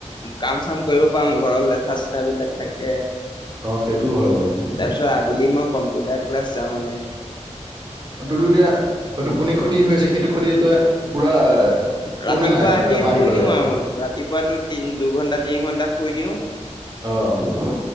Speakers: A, on the left (about 40°); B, on the right (about 35°).
A: কাম চাম কৰিব পাওঙ ঘৰৰ লেঠা-চেঠা বিলাক থাকে
B: অ সেইটো
A: তাৰপিছত
B: হয় বাৰু
A: আবেলি মই কম্পিউটাৰ ক্লাছ যাওঁ মানে
B: তোৰটো এতিয়া টোপনি ক্ষতি হৈআছে সেইটো ক্ষতি তই পুৰা শুৱনে
A: ৰাতিপুৱা
B: নাই
A: আহি
B: তাৰপা
A: শুই
B: পেলাই
A: দিও আও ৰাতিপুৱাটো তিন দুঘন্টা, তিনি ঘন্টা শুই দিও
B: অ'